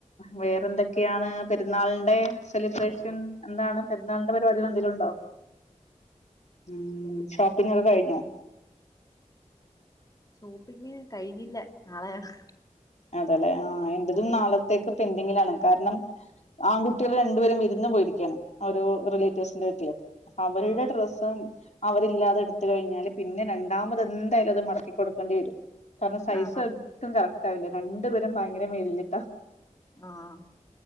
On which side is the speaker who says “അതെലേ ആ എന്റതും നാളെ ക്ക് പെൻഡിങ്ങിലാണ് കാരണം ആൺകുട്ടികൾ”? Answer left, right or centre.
Left